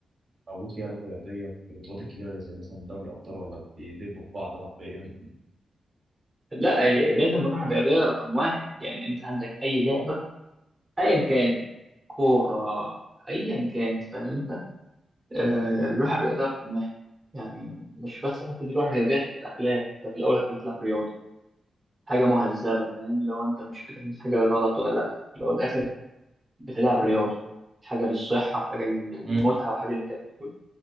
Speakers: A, on the right (about 50°); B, on the right (about 20°).
A: موجود فيها روح رياضية في البطولات الكبيرة اللي زي مثلا دوري الأبطال ولا بيدبوا في بعض حرفيا؟
B: لا ي- لازم نروح الرياضية رقم واحد يعني انت عندك اي لعبة ايا كان كورة ايا كانت فاهم انت آه، الروح الرياضية رقم واحد يعني مش بس حتة الروح الرياضية حتة أخلاق أنت في الأول والآخر بتلعب رياضة حاجة مهذبة فاهم لو أنت مش بتعمل حاجة غلط ولا لأ في الأول والآخر بتلعب رياضة حاجة للصحة وحاجة لل-
A: <laughs>
B: للمتعة وحاجة للكلام ده كله